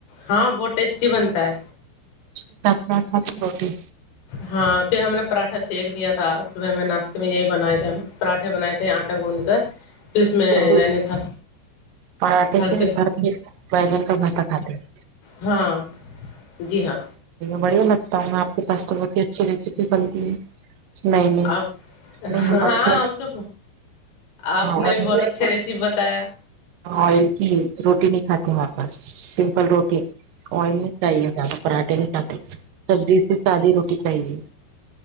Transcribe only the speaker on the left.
ہاں بہت ٹیسٹی بنتا ہے
ہاں پھر ہم نے پراٹھا سیکھ دیا تھا صبح میں ناشتے میں یہی بنائے تھے ہم پراٹھے بنائے تھے آٹا گوندھ کر پھر اس میں
یعنی تھا
ہلکے
ہاں جی ہاں
آپ ہاں
ہم تو آپ نے
بھی بہت اچھا ریسیپی
بتایا